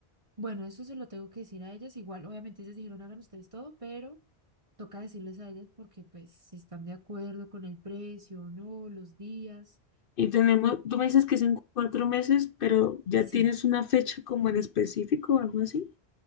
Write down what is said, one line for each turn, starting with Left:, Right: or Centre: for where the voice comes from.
Right: Bueno, eso se lo tengo que decir a ellas. Igual, obviamente ellas dijeron, hagan ustedes todo, pero toca decirles a ellas porque pues si están de acuerdo con el precio o no, los días.
Left: Y tenemos, tú me dices que es en cuatro meses, pero ¿ya
Right: Sí.
Left: tienes una fecha como en específico o algo así?